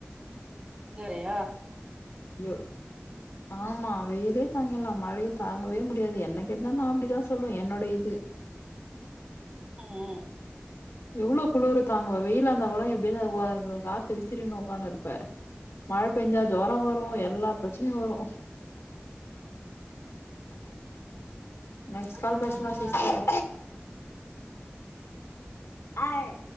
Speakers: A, on the right; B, on the left.
A: இது வேறயா
B: யோ ஆமா வெயிலே தாங்கிலா மழய தாங்கவே முடியாது என்ன கேட்டா நா அப்டிதா சொல்வே என்னுடைய இது
A: ம் ம்
B: எவ்ளோ குளுற தாங்குவ வெயிலா இருந்தா கூட எப்டிதா வ க காத்து விசிறி னு உக்கான்னுருப்ப மழ பேஞ்சா ஜொரொ வரு எல்லா பிரச்சனையு வரு நெக்ஸ்ட் கால்
A: ஆ,
B: பேசலா
A: ஆ, ஆ.
B: சிஸ்டர் ஆய்